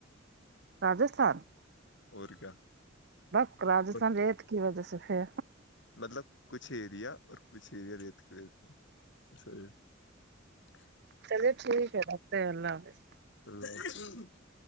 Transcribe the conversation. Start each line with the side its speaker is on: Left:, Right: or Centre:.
Right: راجستھان
Left: اور کیا
Right: بس راستھان
Left: بٹ
Right: ریت کی وجہ سے پھر
Left: مطلب کچھ ایریا اور کچھ ایریا رت کی وج سے <inaudible>
Right: چلیے ٹھیک ہے رکھتے ہیں اللہ حافظ
Left: <inaudible>